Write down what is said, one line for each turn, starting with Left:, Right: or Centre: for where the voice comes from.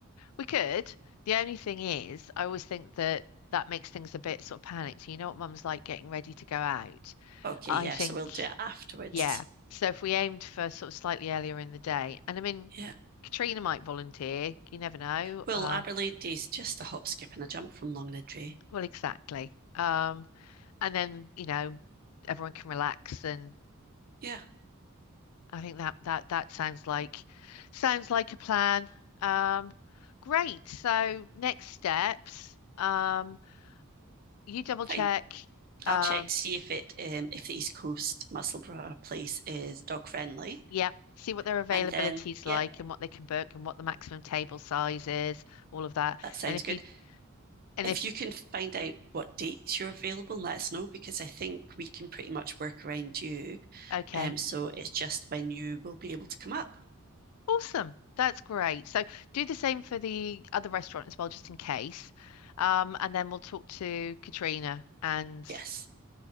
Left: we could. The only thing is, I always think that that makes things a bit sort of panicked. You know what mum's like getting ready to go out.
Right: Okay,
Left: I
Right: yeah,
Left: think,
Right: so we'll do it afterwards.
Left: yeah. So if we aimed for sort of slightly earlier in the day, and I mean,
Right: Yeah.
Left: Katrina might volunteer. You never know.
Right: Well,
Left: Uh,
Right: Aberlady's just a hop, skip, and a jump from Longniddry.
Left: well, exactly. Um, and then, you know, everyone can relax and
Right: Yeah,
Left: I think that that that sounds like sounds like a plan. Um, great. So next steps, um, you double check,
Right: fine.
Left: um,
Right: I'll check to see if it um if the East Coast Musselburgh place is dog friendly.
Left: yeah, see what their availability
Right: And then,
Left: is
Right: yep,
Left: like and what they can book and what the maximum table size is, all of that.
Right: that sounds
Left: And if
Right: good.
Left: you and
Right: If
Left: if
Right: you can find out what dates you're available, let us know because I think we can pretty much work around you.
Left: okay,
Right: Um, so it's just when you will be able to come up.
Left: awesome. That's great. So do the same for the other restaurant as well, just in case. Um, and then we'll talk to Katrina and
Right: Yes,